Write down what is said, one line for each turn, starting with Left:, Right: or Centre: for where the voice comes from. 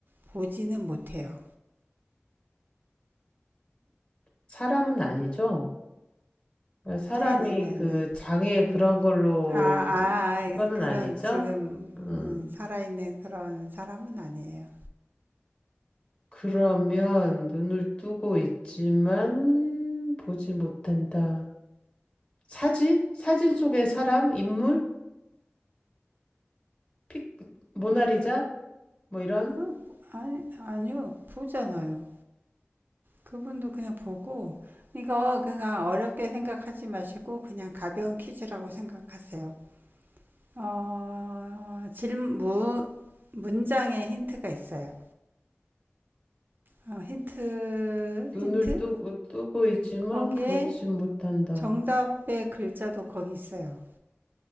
Right: 보지는 못해요.
Left: 사람은 아니죠? 아, 사람이
Right: 네네네네.
Left: 그 장애 그런 걸로
Right: 아, 아, 아,
Left: 그거는
Right: 그런
Left: 아니죠?
Right: 지금
Left: 음,
Right: 음, 살아있는 그런 사람은 아니에요.
Left: 그러면 눈을 뜨고 있지만 보지 못한다. 사진? 사진 속의 사람? 인물? 픽, 모나리자? 뭐 이런?
Right: 음, 아니, 아니요, 보잖아요. 그분도 그냥 보고 이거 그냥 어렵게 생각하지 마시고 그냥 가벼운 퀴즈라고 생각하세요. 어, 질문 문장에 힌트가 있어요. 어, 힌트
Left: 눈을
Right: 힌트
Left: 뜨고 뜨고 있지만
Right: 거기에
Left: 보지 못한다.
Right: 정답의 글자도 거기 있어요.